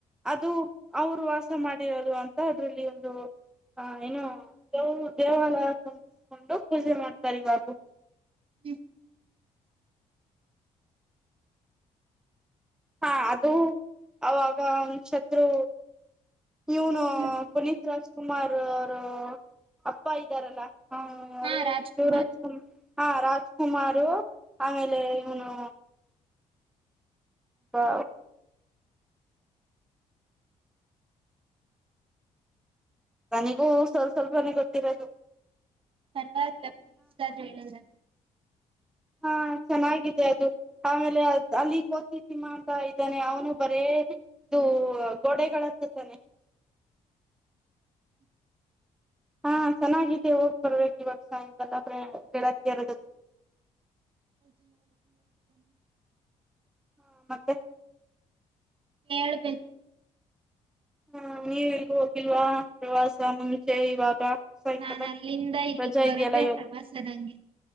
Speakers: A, in the centre; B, on the right.
A: ಅದು ಅವರು ವಾಸ ಮಾಡಿರೋದು ಅಂತ ಅದ್ರಲ್ಲಿ ಒಂದು. ಹಾ ಏನು ದೇವ ದೇವಾಲಯ ಕುಂದಿಸ್ಕೊಂಡು ಪೂಜೆ ಮಾಡ್ತಾರಿ ಇವಾಗು.
B: ಹ್ಮ್.
A: ಹಾ ಅದು ಅವಾಗ ಅವನ ಶತ್ರು. ಇವನು
B: ಹ್ಮ್
A: ಪುನೀತ್ ರಾಜ್ ಕುುಮಾರ್ ಅವರು ಅಪ್ಪ ಇದ್ದಾರಲ್ಲಾ ಹಾ ಯಾರು
B: ಹಾ ರಾಜ್ಕುಮಾರ್
A: ಶಿವರಾಜ್ ಕುಮಾರ್ ಹಾ ರಾಜಕುಮಾರ್ ಆಮೇಲೆ
B: ಹ್ಮ್,
A: ಇನು ಹ ನನಿಗೂ ಸ್ಲ್ ಸ್ವಲ್ಪನೆ ಗೊತ್ತಿರದು
B: ಧನ್ವಾದಲ್ಲ ಬಸ್
A: ಹಾ ಚೆನ್ನಾಗಿದೆ ಅದು ಆಮೇಲೆ ಅಲ್ಲಿ ಕೋತಿ ತಿಮ್ಮಾ ಅಂತ ಇದ್ದಾನೆ ಅವನು ಬರೇ ಇದು ಗೋಡೆಗಳ ಹತ್ತ ತಾನೆ ಹಾ ಚೆನ್ನಾಗಾಗಿದೆ ಹೋಗ್ ಬರ್ಬೇಕ ಇವಾಗ ಸಾಯಂಕಾಲ ಗೆಳತಿಯರ <inaudible>
B: ಹ ಹೌ <unintelligible>
A: ಹಾ ಮತ್ತೆ
B: ಏಳು ಬೆ
A: ಹಾ ನೀವಲ್ಗೂ ಹೋಗಿಲ್ವಾ ಪ್ರವಾಸ ಮುಂಚೆ ಇವಾಗ ಸಾಯಂಕಾಲ
B: ನಾ ಅಲ್ಲಿಂದ ಇಲ್ಲಿಗ್
A: ರಜಾ
B: ಬರದೇ
A: ಇದೆಯಲ್ಲ ಇವತ್ತು
B: ಪ್ರವಾಸದಂಗೆ